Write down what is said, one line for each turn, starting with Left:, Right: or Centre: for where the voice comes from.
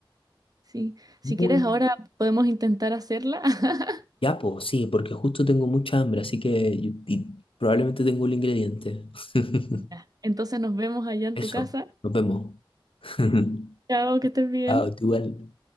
Right: Sí. Si
Left: Muy,
Right: quieres,
Left: muy.
Right: ahora podemos intentar hacerla. <laughs>
Left: Ya, pues, sí, porque justo tengo mucha hambre, así que yo- y probablemente tengo el ingrediente. <laughs>
Right: Ya. Entonces nos vemos allá en
Left: Eso,
Right: tu casa.
Left: nos vemos. <laughs>
Right: Chao, que estés bien.
Left: Chao, tú igual.